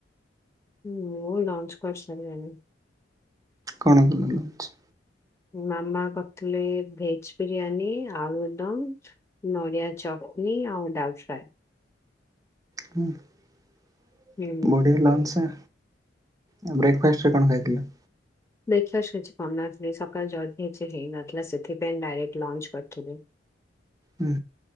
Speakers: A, on the left; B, on the right.
A: ମୁଁ ଲଞ୍ଚ କରିସାରିଲିଣି।
B: କଣ ଭଲ ଲାଗୁଛି।
A: ମାମା କରିଥିଲେ ଭେଜ ବିରିୟାନୀ ଆଳୁଦମ। ନଡ଼ିଆ ଚଟନି ଆଉ ଡାଲ ଫ୍ରାଏ।
B: ହ
A: ହୁଁ
B: ବଢ଼ିଆ ଲନ୍ସ। ଆଉ ବ୍ରେକ୍ଫାଷ୍ଟ ରେ କଣ ଖାଇଥିଲ?
A: ବ୍ରେକ ଫାଷ୍ଟ କିଛି କରି ନଥିଲି ସକାଳୁ ଜଲଦି କିଛି ହେଇନଥିଲା ସେଥିପାଇଁ ଡାଇରେଟ ଲଞ୍ଚ କରିଥିଲି।
B: ହୁଁ।